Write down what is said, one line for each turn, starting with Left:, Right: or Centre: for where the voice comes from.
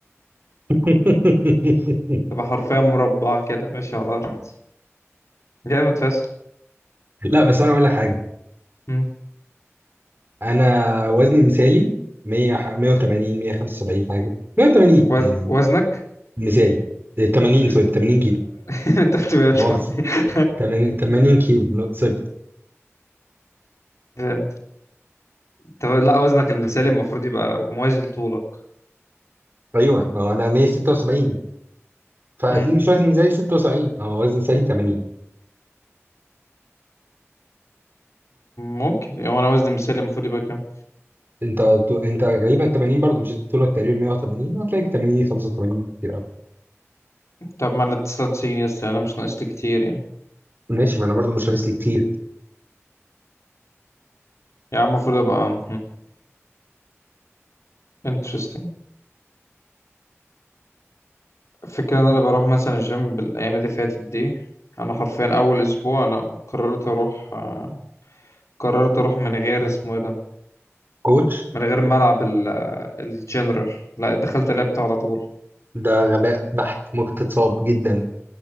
Right: <laughs>
Left: تبقى حرفيا مربع كده ماشي على الارض جامد فشخ
Right: لا بس انا اقول لك حاجه
Left: مم.
Right: انا وزني المثالي 100 ح- 180 175 حاجه كده. 180
Left: وز-
Right: يعني
Left: وزنك
Right: مثالي إيه، 80
Left: <laughs>
Right: سوري 80 كيلو
Left: انت 8
Right: مؤاخذه
Left: <laughs>
Right: 80 80 كيلو لا، سوري
Left: فهمت طب لا وزنك المثالي المفروض يبقى موازي لطولك
Right: ايوه ما هو انا 176 فاكيد
Left: امم
Right: مش وزني مثالي 76 هو وزني مثالي 80
Left: ممكن هو انا وزني مثالي المفروض يبقى كام
Right: انت انت غالبا 80 برضه مش طولك تقريبا 180 هتلاقيك 80 85 كتير قوي
Left: طب ما انا 99 يس انا مش ناقص لي كتير يعني
Right: ماشي ما انا برضه مش عايز لي كتير
Left: يعني المفروض ابقى انترستنج الفكره ان انا بروح مثلا الجيم بالايام اللي فاتت دي انا حرفيا اول اسبوع انا قررت اروح آه، قررت اروح من غير اسمه ايه ده
Right: كوتش
Left: من غير ملعب ال- آه، الجنرال لا دخلت لعبت على طول
Right: ده غباء بحت ممكن تتصاب جدا